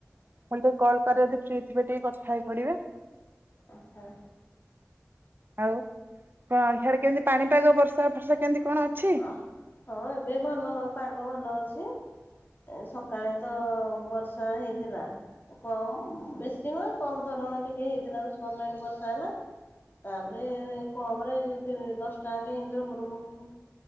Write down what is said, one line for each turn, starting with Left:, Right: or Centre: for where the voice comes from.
Left: ହ
Right: ମଲେ ଟିକେ କଲ୍ କର ଯଦି ଫ୍ରି ଥିବେ ଟିକେ କଥା ହେଇ ପଡ଼ିବେ।
Left: ଆଚ୍ଛା
Right: ଆଉ କଣ ଖିଆଡ କେମିତି ପାଣି ଟାଗ ବର୍ଷା ଫର୍ଷା କେମିତି କଣ ଅଛି?
Left: ଅ ହଁ ଏବେ ଭଲ ପାଗ ଭଲ ଅଛି। ସକାଳେ ତ ବର୍ଷା ହେଇଥିଲା। କମ ବେଶୀ ନୁହଁ କମ ଧରଣ ଟିକେ ହେଇଥିଲା ଦଶ ପନ୍ଦର ଏଇଣ୍ଟ ବର୍ଷା ହେଲା। ତାପରେ କମ ରେ ଦଶ ଟଙ୍କା <unintelligible>